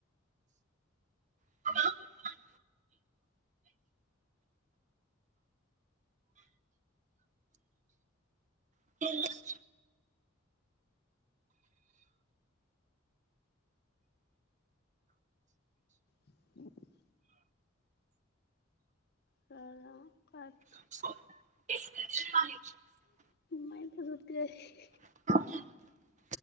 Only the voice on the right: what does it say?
<unintelligible> <unintelligible>
<unintelligible>
<unintelligible>